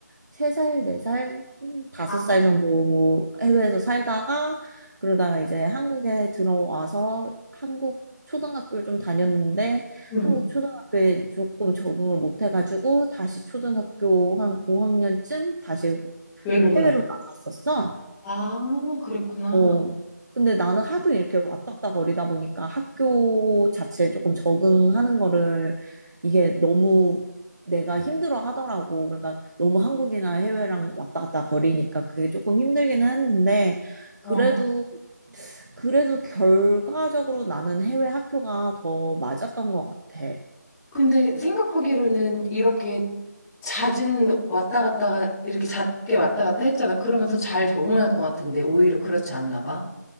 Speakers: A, on the right; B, in the centre.
A: 세살네살 다섯
B: 아,
A: 살 정도 해외에서 살다가 그러다가 이제 한국에 들어와서 한국 초등학교를 좀 다녔는데
B: 음,
A: 한국 초등학교에 조금 적응을 못 해가지고 다시 초등학교 한 고학년쯤 다시
B: 외국으로.
A: 해외로 나갔었어.
B: 아, 그랬구나.
A: 어, 근데 나는 하도 이렇게 왔다 갔다 거리다 보니까 학교 자체에 조금 적응하는 거를 이게 너무 내가 힘들어 하더라고. 그러니까 너무 한국이나 해외랑 왔다 갔다 거리니까 그게 조금 힘들기는 했는데 그래도
B: 어.
A: 그래도 결과적으로 나는 해외 학교가 더 맞았던 것 같아.
B: 근데 생각하기로는 이렇게 잦은 왔다 갔다가 이렇게 잦게 왔다 갔다 했잖아. 그러면 더 잘 적응할 것 같은데 오히려 그렇지 않나 봐.